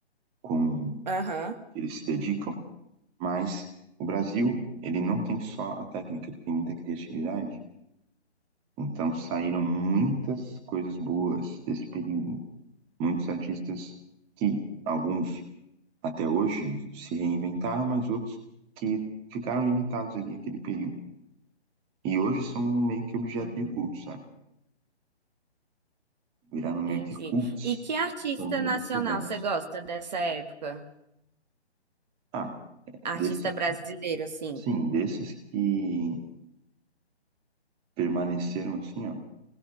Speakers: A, on the right (about 15°); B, on the right (about 40°).
A: com
B: Aham.
A: que eles se dedicam, mas o Brasil, ele não tem só a técnica, tem muita criatividade. Então saíram muitas coisas boas desse período. Muitos artistas que, alguns até hoje, se reinventaram, mas outros que ficaram limitados ali naquele período. E hoje são meio que objeto
B: uhum,
A: de culto, sabe? Viraram
B: Entendi.
A: meio que cultos,
B: E que artista
A: foram redescobertos.
B: nacional você gosta dessa época?
A: Ah,
B: Artista
A: desses,
B: brasileiro, assim.
A: sim, desses que permaneceram assim, ó,